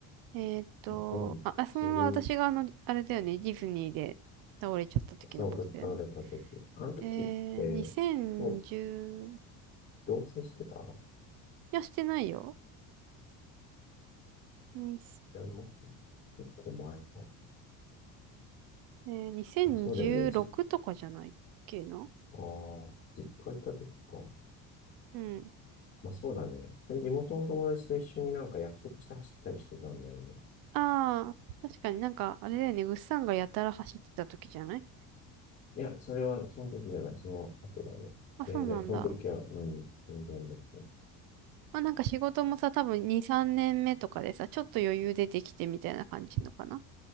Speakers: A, on the right; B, on the left.
A: えーっと、
B: ?2010、
A: あ、あそのまま私があの、あれだよね、ディズニーで倒れちゃった時のことだよね。
B: そう、ぶっ倒れた時。あの時って、
A: えー、2010、
B: もう、同棲してた
A: いや、してないよ。に、
B: いや、もう結構前か。
A: えー、2016とかじゃないっけな。
B: あ、そうだよね。じ、ああ、実家行った時か。
A: うん。
B: まあ、そうだね。それ地元の友達と一緒になんか約束して走ったりしてたんだよね。
A: ああ、確かになんか、あれだよね、ぐっさんがやたら走ってた時じゃない
B: いや、それはその時じゃない、その後だね。
A: あ、
B: 全然、
A: そうなんだ。
B: その時は、うん、全然別。
A: まあなんか仕事もさ、多分2、3年目とかでさ、ちょっと余裕出てきてみたいな感じのかな。